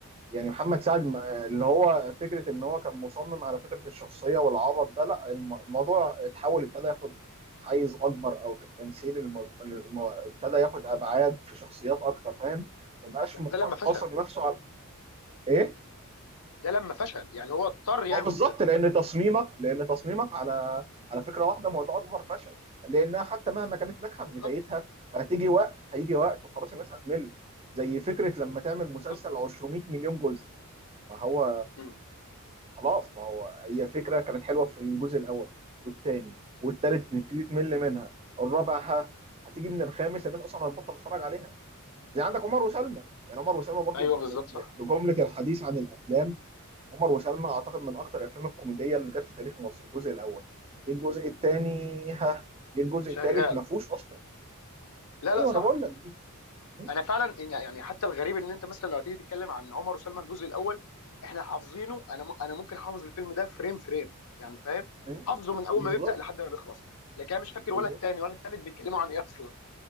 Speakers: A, on the right; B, on the left.
A: يعني محمد سعد م- اللي هو فكره ان هو كان مصمم على فكره الشخصيه والعبط ده لا الم- الموضوع اتحول ابتدى ياخد حيز اكبر او في التمثيل الم- الم- ابتدى ياخد ابعاد في شخصيات اكتر فاهم ما بقاش
B: بس
A: مق-
B: ده لما فشل
A: قاصر نفسه على ايه
B: ده لما فشل يعني هو اضطر يعمل
A: ما هو بالظبط
B: كده
A: لان تصميمك لان تصميمك على على فكره واحده ما هو ده اكبر فشل لانها حتى مهما كانت ناجحه
B: بالظبط
A: في بدايتها فهتيجي وقت هيجي وقت وخلاص الناس هتمل زي فكره لما تعمل
B: بالظبط
A: مسلسل 200 مليون جزء ما هو
B: مم.
A: خلاص ما هو هي فكره كانت حلوه في الجزء الاول والثاني والثالث بتبتدي تمل منها الرابع ها هتيجي من الخامس الناس اصلا هتبطل تتفرج عليها زي عندك عمر وسلمى يعني عمر وسلمى برضو
B: ايوه
A: ب-
B: بالظبط
A: ب-
B: صح
A: بجمله الحديث عن الافلام عمر وسلمى اعتقد من اكتر الافلام الكوميديه اللي جت في تاريخ مصر الجزء الاول جه الجزء الثاني ها جه الجزء
B: شغال
A: الثالث ما فيهوش اصلا
B: لا
A: ايوه
B: لا صح
A: انا بقول لك دي م-
B: انا فعلا إن- يعني حتى الغريب ان انت مثلا لو هتيجي تتكلم عن عمر وسلمى الجزء الاول احنا حافظينه انا م- انا ممكن حافظ الفيلم ده فريم فريم يعني فاهم
A: م-
B: حافظه من اول
A: بالظبط
B: ما بيبدأ لحد ما بيخلص لكن انا مش فاكر
A: بالظبط
B: ولا التاني ولا التالت بيتكلموا عن ايه اصلا